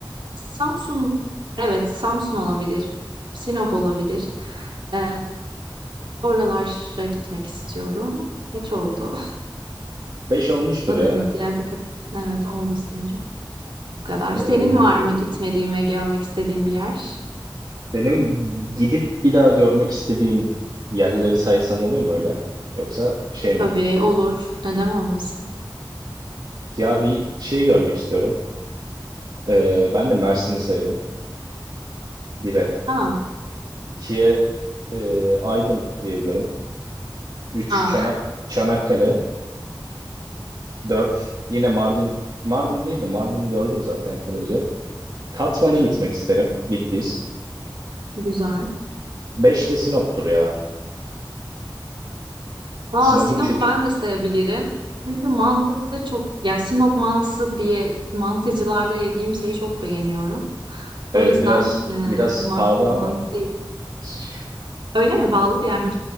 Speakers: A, on the right; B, on the right.
A: Samsun, evet Samsun olabilir. Sinop olabilir. Ee, oralara gitmek istiyorum. Kaç oldu?
B: 5 olmuştur
A: <laughs> Adana,
B: ya.
A: Diyarbakır. Evet oldu sanırım. Bu kadar.
B: Ee,
A: Senin var mı gitmediğin ve görmek istediğin bir yer?
B: benim gidip bir daha görmek istediğim yerleri saysam oluyor mu öyle? Yoksa şey mi?
A: Tabii olur. Neden olmasın?
B: Ya bir şey görmek istiyorum. Ee, ben de Mersin'i sayarım. 1'e.
A: Ha,
B: 2'ye e, Aydın diyebilirim. Üç
A: ha.
B: Çanak, Çanakkale. dört yine Mardin. Mardin değil de Mardin'i gördüm zaten yakın önce. Tatvan'a
A: <laughs>
B: gitmek isterim. Bitlis.
A: Güzel.
B: 5 de Sinop'tur ya.
A: Aa,
B: Sinop'un
A: Sinop'u
B: çünkü.
A: ben de sayabilirim. Çünkü mantıklı çok, yani Sinop mantısı diye mantıcılarda yediğim şeyi çok beğeniyorum. O
B: Evet
A: yüzden
B: biraz
A: e,
B: biraz
A: ma-
B: pahalı
A: mantı.
B: ama. <laughs>
A: Öyle mi? Bağlı bir yer mi?